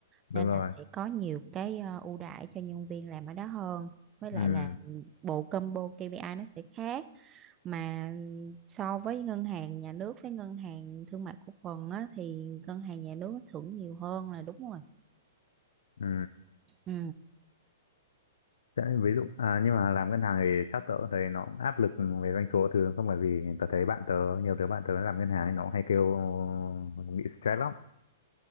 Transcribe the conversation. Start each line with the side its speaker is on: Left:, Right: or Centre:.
Left: Đúng
Right: nên
Left: rồi,
Right: là sẽ có nhiều cái ờ, ưu đãi cho nhân viên làm ở đó hơn với lại
Left: ừ,
Right: là bộ combo KPI nó sẽ khác mà so với ngân hàng nhà nước với ngân hàng thương mại cổ phần á, thì ngân hàng nhà nước nó thưởng nhiều hơn là đúng rồi
Left: ừ.
Right: ừ
Left: Thế Ví dụ à, nhưng mà làm ngân hàng thì chắc tớ cũng thấy nó cũng áp lực về doanh số thứ không bởi vì tớ thấy bạn tớ nhiều đứa bạn tớ làm ngân hàng ấy, nó cũng hay kêu bị stress lắm.